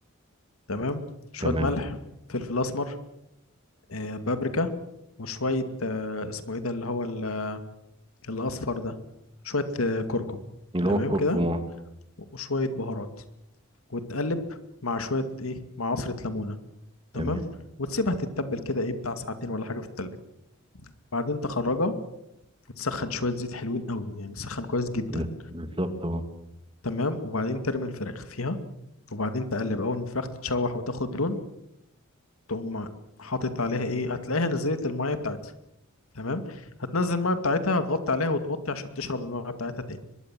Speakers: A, on the left; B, on the right.
A: تمام شويه
B: تمام
A: ملح فلفل اسمر آه بابريكا وشويه آه اسمه ايه ده اللي هو ال- الاصفر ده شويه آه كركم
B: اللي
A: تمام
B: هو الكركم
A: كده
B: اه،
A: وشويه بهارات وتقلب مع شويه ايه مع عصره ليمونه
B: تمام
A: تمام وتسيبها تتبل كده ايه بتاع ساعتين ولا حاجه في التلاجة بعدين تخرجها وتسخن شويه زيت حلوين قوي يعني تسخن كويس جدا
B: لا، بالظبط اه
A: تمام وبعدين ترمي الفراخ فيها وبعدين تقلب اول ما الفراخ تتشوح وتاخد لون تقوم حاطط عليها ايه هتلاقيها نزلت الميه بتاعتها تمام هتنزل الميه بتاعتها هتغطي عليها وتوطي عشان تشرب الميه بتاعتها تاني